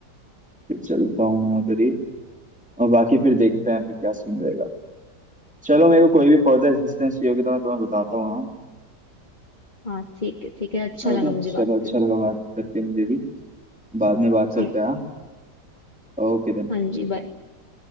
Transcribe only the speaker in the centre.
फिर चलता हूँ मैं उधर ही और बाकी फिर देखते हैं फिर क्या सीन रहेगा चलो मेरे को कोई भी फर्दर असिस्टेंस चाहिए होगी तो मैं तुम्हें बताता हूँ
हाँ
ओके
चलो
अच्छा
लगा बात करके मुझे भी बाद में बात
करते हैं
हाँ, ओके देन